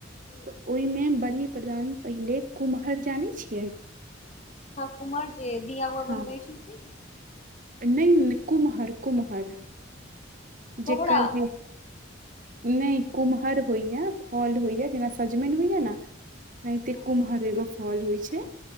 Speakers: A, on the left; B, on the right.
A: हूँ,
B: तऽ ओहिमे बलि‌। प्रदान पहिले कुम्हर जानैत छियै। <unintelligible>
A: हम कुम्हर छी जे दिया उआ
B: हँ
A: बनबै छी से।
B: नहि नहि कुम्हार-कुम्हर
A: कोहरा
B: जेकर जे नहि कुम्हर होइया फल होइया जेना सजमनि होइया ने? ओनहिते
A: हँ
B: कुम्हर एगो फल होइ छै।